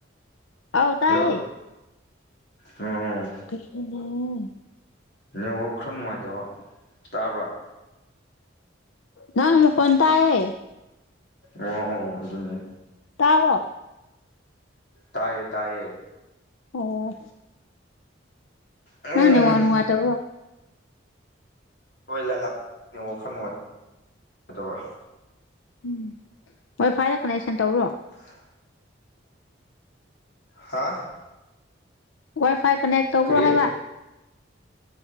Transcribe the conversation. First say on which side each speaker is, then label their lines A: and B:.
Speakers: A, on the left; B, on the left.
A: ꯑꯥꯎ ꯇꯥꯏꯌꯦ
B: ꯍꯜꯂꯣ ꯎꯝ
A: ꯀꯩꯅꯣꯅꯦ
B: ꯅꯋ ꯈꯔ ꯅꯨꯡꯉꯥꯏꯇꯕ ꯇꯥꯕ꯭ꯔꯥ
A: ꯅꯪ ꯃ ꯀꯣꯟ ꯇꯑ
B: ꯑꯣ ꯑꯣ ꯑꯗꯨꯅꯦ꯫
A: ꯇꯥꯕꯣ
B: ꯇꯥꯏꯌꯦ ꯇꯥꯥꯏꯌꯦ
A: ꯑꯣ꯫
B: ꯎꯝ
A: ꯅꯪꯅꯦ ꯋꯥꯅꯨꯡ ꯃꯥ ꯇꯕ꯭ꯔꯣ
B: ꯍꯣꯏ ꯂꯥꯏꯂꯛ ꯋꯥꯈꯜ ꯅꯨꯡꯉꯥꯏꯗꯕ꯫
A: ꯎꯝ ꯋꯥꯏ ꯐꯥꯏꯗ ꯀꯅꯦꯛꯁꯟ ꯇꯧꯕꯔꯣ꯫
B: <unintelligible> ꯍꯥꯥ
A: ꯋꯥꯏ ꯐꯥꯏ ꯀꯅꯦꯛ ꯇꯧꯕ꯭ꯔꯣ
B: ꯀꯔꯤ
A: ꯍꯥꯏꯕ꯫